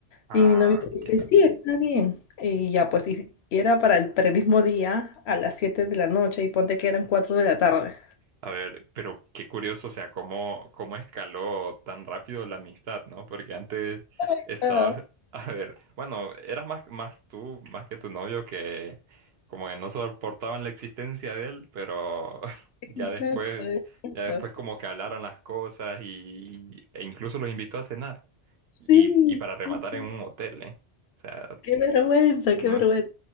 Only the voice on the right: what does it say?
Ah,
entiendo.
A ver, pero qué curioso, o sea, cómo, cómo escaló tan rápido la amistad, ¿no? Porque antes
estabas, <laughs> a ver, bueno, eras más, más tú, más que tu novio, que como que no soportaban la existencia de él, pero <laughs>
ya después,
ya después como que hablaron las cosas y, e incluso los invitó a cenar.
Y, y para
rematar
en un hotel, ¿eh? O sea,
no,